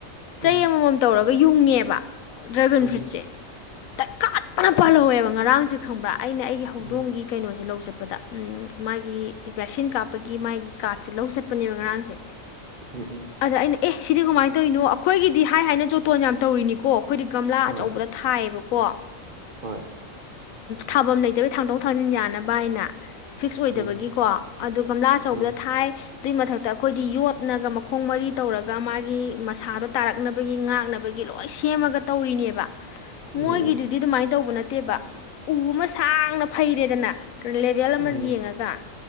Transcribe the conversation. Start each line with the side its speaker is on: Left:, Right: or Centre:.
Right: ꯎꯝ
Left: ꯆꯩ ꯑꯃꯃꯝ ꯇꯧꯔꯒ ꯒ ꯌꯨꯡꯉꯦꯕ ꯗ꯭ꯔꯦꯒꯟ
Right: ꯎꯝ
Left: ꯐ꯭ꯔꯨꯏꯠꯁꯦ ꯇꯛꯈꯠꯇꯅ ꯄꯥꯜꯍꯧꯋꯦꯕ ꯉꯔꯥꯡꯁꯦ ꯈꯪꯕ꯭ꯔꯥ ꯑꯩꯅ ꯑꯩꯒꯤ ꯍꯧꯗꯣꯡꯒꯤ
Right: ꯎꯝ
Left: ꯀꯩꯅꯣꯁꯦ ꯂꯧ ꯆꯠꯄꯗ ꯃꯥꯒꯤ ꯚꯦꯛꯁꯤꯟ ꯀꯥꯞ ꯄꯒꯤ ꯃꯥꯒꯤ ꯀꯥꯔꯠꯁꯦ ꯂꯧ ꯆꯠꯄꯅꯦꯕ ꯉꯔꯥꯡꯁꯦ
Right: ꯎꯝ ꯎꯝ
Left: ꯑꯗ ꯑꯩꯅ ꯑꯦ ꯁꯤꯗꯤ ꯀꯃꯥꯏꯅ ꯇꯧꯔꯤꯅꯣ ꯑꯩꯈꯣꯏꯒꯤꯗꯤ ꯍꯥꯏ ꯍꯥꯏꯅ ꯖꯣꯇꯣꯟ ꯌꯥꯝ ꯇꯧꯔꯤꯅꯤꯀꯣ ꯑꯩꯈꯣꯏꯗꯤ ꯒꯝꯂꯥ
Right: ꯍꯣꯏ
Left: ꯑꯆꯧꯕꯗ ꯊꯥꯏꯌꯦꯕ ꯀꯣ
Right: ꯍꯣꯏ
Left: ꯊꯥꯐꯝ ꯂꯩꯇꯕꯩ ꯊꯥꯡꯗꯣꯛ ꯊꯥꯡꯖꯤꯟ ꯌꯥꯅꯕ ꯅ ꯐꯤꯛꯁ ꯑꯣꯏꯗꯕꯒꯤꯀꯣ
Right: ꯎꯝ
Left: ꯑꯗꯨ ꯒꯝꯂꯥ ꯑꯆꯧꯕꯗ
Right: ꯎꯝ
Left: ꯊꯥꯏ ꯑꯗꯨꯏ ꯃꯊꯛꯇ ꯑꯩꯈꯣꯏꯗꯤ ꯌꯣꯠꯅꯒ ꯃꯈꯣꯡ ꯃꯔꯤ ꯇꯧꯔꯒ ꯃꯥꯒꯤ ꯃꯁꯥꯗꯣ ꯇꯥꯔꯛꯅꯕꯒꯤ ꯉꯥꯛꯅꯕꯒꯤ ꯂꯣꯏ ꯁꯦꯝꯃꯒ ꯇꯧꯔꯤꯅꯦꯕ
Right: ꯎꯝ
Left: ꯃꯣꯏꯒꯤꯗꯨꯗꯤ ꯑꯗꯨꯃꯥꯏꯅ ꯇꯧꯕ ꯅꯠꯇꯦ ꯇꯦꯕ ꯎ ꯑꯃ ꯁꯥꯡꯅ ꯐꯩꯔꯦꯗꯅ ꯂꯦꯚꯦꯜ ꯑꯃ
Right: ꯎꯝ
Left: ꯌꯦꯡꯉꯒ